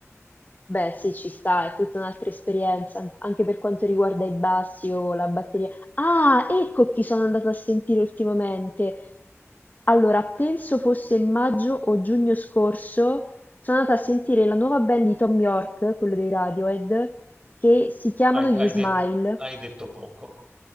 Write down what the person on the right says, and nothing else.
Hai,
hai
de- hai detto poco.